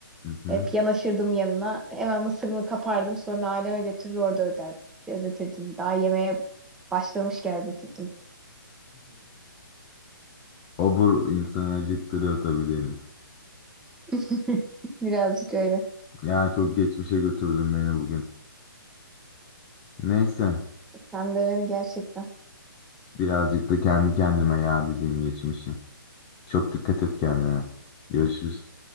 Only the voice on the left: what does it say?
Hı hı.
Obur insanı acıktırıyor tabii Deniz.
Ya çok geçmişe götürdün beni bugün. Neyse,
birazcık da kendi kendime ya dediğim geçmişi. Çok dikkat et kendine. Görüşürüz.